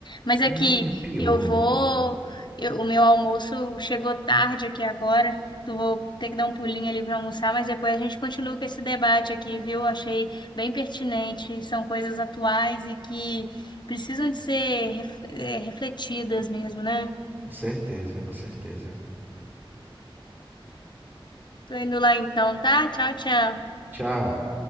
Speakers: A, on the left; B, on the right.
A: Mas é
B: Não,
A: que
B: e o pior.
A: eu vou, eu- o meu almoço chegou tarde aqui agora, eu vou ter que dar um pulinho ali para almoçar, mas depois a gente continua com esse debate aqui, viu? Achei bem pertinente, e são coisas atuais e que precisam de ser ref- eh, refletidas mesmo, né?
B: Com certeza, com certeza.
A: Tô indo lá então, tá? Tchau, tchau.
B: Tchau.